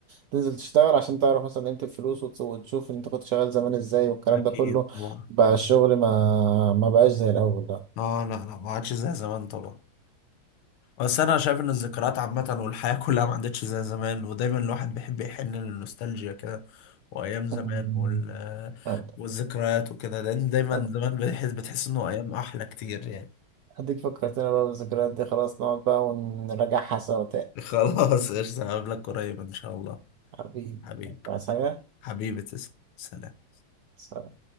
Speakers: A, on the right; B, on the left.
A: تنزل تشتغل عشان تعرف مثلا قيمة الفلوس وتس- وتشوف انت كنت شغال زمان ازاي والكلام
B: أكيد
A: ده كله
B: طبعا
A: بقى الشغل ما ما بقاش زي الاول لا
B: آه لا لا ما عادش زي زمان طبعا بس أنا شايف إن الذكريات عامة والحياة كلها ما عادتش زي زمان ودايما الواحد بيحب يحن للنوستالجيا كده وأيام زمان
A: أمم،
B: وال...
A: يلا.
B: والذكريات وكده لأن دايما
A: أد-
B: زمان بتحس بتحس إنه أيام أحلى كتير يعني
A: اديك فكرتنا بقى بالذكريات دي خلاص نقعد بقى ونراجعها سوا تاني
B: <laughs> خلاص قشطة هقابلك قريب إن شاء الله
A: حبيبي
B: حبيبي
A: عايز حاجة؟
B: حبيبي تسلم سلام
A: سلام.